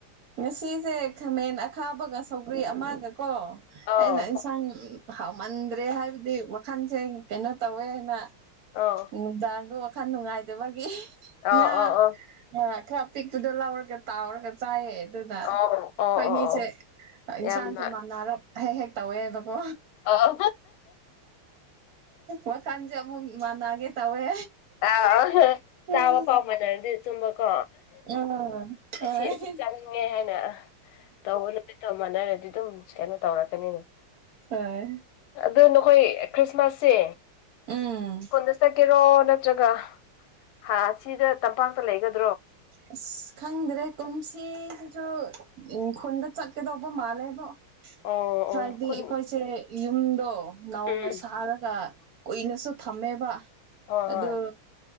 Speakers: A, on the right (about 55°); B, on the left (about 80°).
A: ꯉꯥꯁꯤꯁꯦ ꯈꯥꯃꯦꯟ ꯑꯈꯥꯕꯒꯥ ꯁꯧꯒ꯭ꯔꯤ ꯑꯃꯥꯒ ꯀꯣ
B: ꯑꯥꯎ
A: ꯑꯩꯅ ꯏꯟꯁꯥꯡ ꯍꯥꯎꯃꯟꯒ꯭ꯔꯦ ꯍꯥꯏꯕꯗꯤ ꯋꯥꯈꯜꯖꯦ ꯀꯩꯅꯣ ꯇꯧꯋꯦꯑꯅ
B: ꯑꯥꯎ
A: ꯅꯨꯡꯗꯥꯡꯗꯣ ꯋꯥꯈꯜ ꯅꯨꯡꯉꯥꯏꯇꯕꯒꯤ ꯍꯤ
B: ꯑꯥꯎ
A: ꯉꯥ
B: ꯑꯥꯎ ꯑꯥꯎ
A: ꯑꯥ ꯈꯔꯥ ꯄꯤꯛꯄꯗꯣ ꯂꯧꯔꯒ ꯇꯥꯎꯔꯒ ꯆꯥꯏꯌꯦ ꯑꯗꯨꯅ ꯑꯩꯈꯣꯏꯅꯤꯖꯦ
B: ꯑꯥꯎ ꯑꯣ ꯑꯣ ꯑꯣ
A: ꯏꯟꯁꯥꯡꯁꯦ
B: ꯌꯥꯝꯅ
A: ꯃꯥꯟꯅꯔꯞ ꯍꯦꯛ-ꯍꯦꯛ ꯇꯧꯋꯦꯕꯀꯣ
B: ꯑꯣ
A: ꯋꯥꯈꯟꯖꯦ ꯑꯃꯨꯛ ꯃꯥꯟꯅꯒꯦ ꯇꯧꯋꯦ
B: ꯑꯥ ꯍꯥ ꯆꯥꯕ
A: ꯎꯝ
B: ꯐꯪꯕꯗꯗꯤ ꯆꯨꯝꯕꯀꯣ
A: ꯎꯝ ꯍꯣꯏ
B: ꯑꯁꯤ ꯑꯁꯤ
A: ꯍꯤꯛ
B: ꯆꯥꯅꯤꯡꯉꯦ ꯍꯥꯏꯅ ꯑꯥ ꯇꯧꯕ ꯅꯨꯃꯤꯠꯇꯣ ꯃꯥꯟꯅꯔꯗꯤ ꯑꯗꯨꯝ ꯀꯩꯅꯣ ꯇꯧꯔꯛꯀꯅꯤ
A: ꯍꯣꯏ
B: ꯑꯗꯨ ꯅꯈꯣꯏ ꯈ꯭ꯔꯤꯠꯁꯃꯥꯁꯁꯦ
A: ꯎꯝ
B: ꯈꯨꯟꯗ ꯀꯦꯔꯣ ꯅꯠꯇ꯭ꯔꯒ ꯍꯥ ꯁꯤꯗ ꯇꯝꯄꯥꯛꯇ ꯂꯩꯒꯗ
A: ꯑꯥꯁ ꯈꯪꯗ꯭ꯔꯦ ꯀꯨꯝꯁꯤꯖꯤꯖꯨ ꯎꯪ ꯈꯨꯟꯗ ꯆꯠꯀꯗꯧꯕꯣ ꯃꯥꯜꯂꯦꯕꯣ
B: ꯑꯣ ꯑꯣ
A: ꯍꯥꯏꯕꯗꯤ
B: ꯈꯨꯟ
A: ꯑꯩꯈꯣꯏꯖꯦ ꯌꯨꯝꯗꯣ ꯅꯧꯅ
B: ꯎꯝ
A: ꯁꯥꯔꯒ ꯀꯨꯏꯅꯁꯨ ꯊꯝꯃꯦꯕ
B: ꯍꯣꯏ
A: ꯑꯗꯨ
B: ꯍꯣꯏ